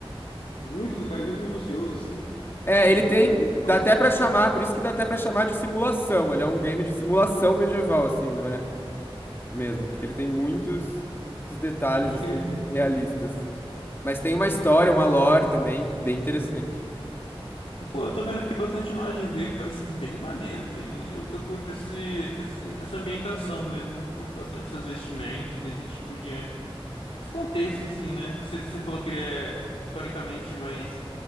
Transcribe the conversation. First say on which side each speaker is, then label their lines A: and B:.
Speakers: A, on the left; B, on the left.
A: muito detalhe, muito minucioso, assim,
B: É, ele tem.
A: muitas, muita informação.
B: Dá até pra chamar, por isso que dá até pra chamar de simulação. Ele é um game de simulação medieval, assim, não é? Mesmo, porque ele tem muitos, muitos detalhes,
A: Pode
B: assim,
A: crer.
B: realistas. Mas tem uma história, uma lore também, bem interessante.
A: Pô, eu tô vendo aqui bastante imagem dele, parece bem maneiro, bem. Eu, eu curto esse, esse- essa ambientação mesmo, eu curto bastante essas vestimentas, esse tipo de. Esse contexto, assim, né? Que você você falou que ele é historicamente mais